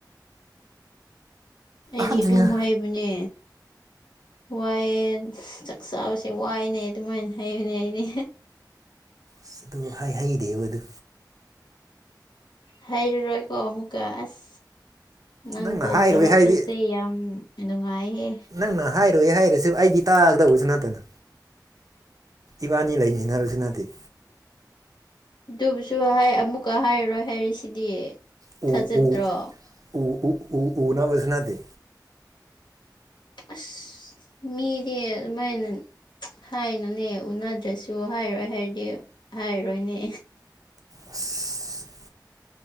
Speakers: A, on the left; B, on the right.
A: ꯑꯩꯗꯤ
B: ꯑꯍꯟꯁꯤꯡꯅ
A: ꯑꯗꯨꯝ ꯍꯥꯏꯩꯕꯅꯦ ꯋꯥꯏ ꯆꯥꯛ ꯆꯥꯕꯁꯦ ꯋꯥꯏꯅꯦ ꯑꯗꯨꯃꯥꯏꯅ ꯍꯩꯕꯅꯦ ꯑꯩꯗꯤ
B: ꯑꯁ ꯑꯗꯨ ꯍꯥꯏ ꯍꯩꯔꯦꯕ ꯑꯗꯨ
A: ꯍꯥꯏꯩꯔꯔꯣꯏꯀꯣ ꯑꯃꯨꯀꯥꯁ ꯅꯪ
B: ꯅꯪꯅ
A: ꯀꯣꯜ
B: ꯍꯥꯏꯔꯣꯏ
A: ꯇꯧꯔꯛꯄꯁꯦ
B: ꯍꯥꯏꯗꯤ
A: ꯌꯥꯝ ꯅꯨꯡꯉꯥꯏꯍꯦ
B: ꯅꯪꯅ ꯍꯥꯏꯔꯣꯏ ꯍꯥꯏꯔꯁꯨ ꯑꯩꯗꯤ ꯇꯥꯒꯗꯧꯕꯁꯨ ꯅꯠꯇꯅ ꯏꯕꯥꯅꯤ ꯂꯩꯅꯤ ꯍꯥꯏꯅꯕꯕꯁꯤꯅꯗꯤꯦ
A: ꯑꯗꯨꯕꯨꯁꯨ ꯍꯥꯏ ꯑꯃꯨꯛꯀ ꯍꯥꯏꯔꯔꯣꯏ ꯍꯥꯏꯔꯤꯁꯤꯗꯤ
B: ꯎ
A: ꯊꯥꯖꯗ꯭ꯔꯣ
B: ꯎ ꯎ ꯎ ꯑꯣꯅꯕ ꯁꯅꯥꯗ
A: ꯑꯁ ꯃꯗꯤꯃꯥꯏꯅꯟ ꯍꯥꯏꯅꯨꯅꯦ ꯎꯅꯗ꯭ꯔꯁꯨ ꯍꯥꯏꯔꯣꯏ ꯍꯥꯏꯔꯗꯤ ꯍꯥꯏꯔꯣꯏꯅꯦ
B: ꯑꯁ